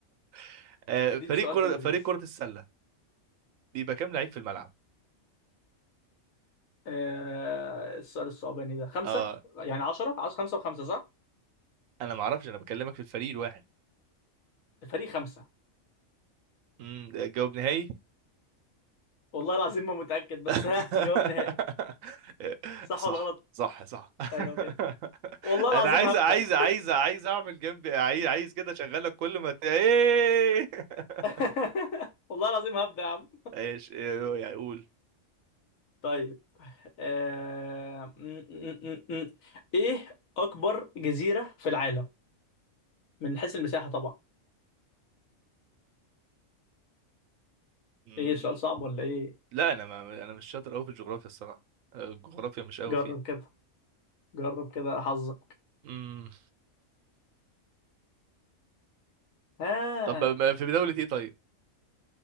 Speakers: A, on the right; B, on the left.
A: <laughs> آه
B: اديني
A: فريق
B: سؤال
A: كره
B: في اللذيذ
A: فريق كره السله بيبقى كام لعيب في الملعب
B: آه السؤال الصعباني ده خمسة
A: اه
B: يعني عشرة عاوز خمسة وخمسة صح؟
A: انا ما اعرفش انا بكلمك في الفريق الواحد
B: الفريق خمسة
A: امم جواب نهائي
B: والله العظيم ما متأكد بس
A: <laughs>
B: ها جواب نهائي صح
A: صح
B: ولا غلط
A: صح صح
B: ايوه كده
A: <laughs>
B: والله العظيم
A: انا عايز
B: هبدأ
A: عايز عايز عايز اعمل جنبي عايز عايز كده اشغلك كل ما ت... ايه <laughs>
B: <laughs> والله العظيم هبدأ يا عم
A: ايش إيه، يعني اقول
B: طيب آه... م- م- م- م. ايه اكبر جزيرة في العالم من حيث المساحة طبعا
A: مم.
B: ايه سؤال صعب ولا ايه
A: لا انا ما انا مش شاطر قوي في الجغرافيا الصراحه الجغرافيا مش قوي
B: جرب
A: فيها
B: كده جرب كده حظك
A: مم.
B: ها
A: طب ما- في دولة ايه طيب